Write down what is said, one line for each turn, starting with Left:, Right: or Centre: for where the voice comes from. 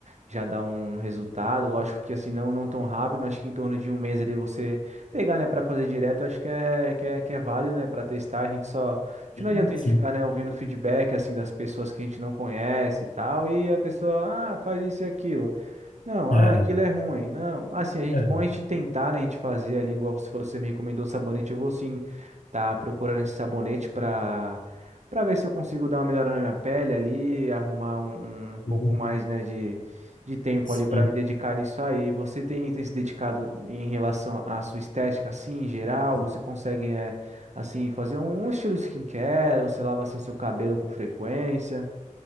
Right: Já dá um resultado, lógico que assim, não, não tão rápido, mas que em torno de um mês ali você pegar, né, para fazer direto, acho que é, que é, que é válido, né, para testar. A gente só. A gente
Left: sim,
Right: não adianta a
Left: sim.
Right: gente ficar, né, ouvindo feedback, assim, das pessoas que a gente não conhece e tal, e a pessoa, ah, faz isso e aquilo. Não,
Left: É,
Right: ah, aquilo é ruim. Não, assim, a gente,
Left: é,
Right: bom a gente tentar, né, a gente fazer ali, igual você falou, você me recomendou o sabonete, eu vou sim tá procurando esse sabonete pra, pra ver se eu consigo dar uma melhora na minha pele ali, arrumar um, um um pouco
Left: sim,
Right: mais, né, de, de tempo
Left: sim,
Right: ali pra me dedicar nisso aí. Você tem, tem se dedicado em relação à sua estética, assim, em geral?
Left: sim.
Right: Você consegue, é, assim, fazer um estilo skincare? Você lava, assim, seu cabelo com frequência?